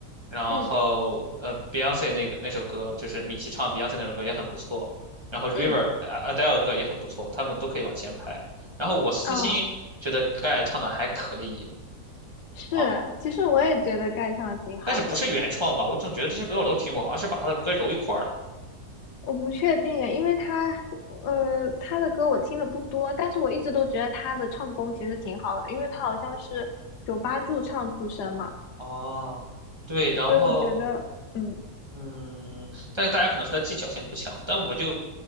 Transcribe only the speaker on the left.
嗯
嗯
嗯，是，
其实我也觉得盖唱的挺好的。
我不确定诶，因为他，呃，他的歌我听的不多，但是我一直都觉得他的唱功其实挺好的，因为他好像是酒吧驻唱出身嘛，
所以我觉得，嗯，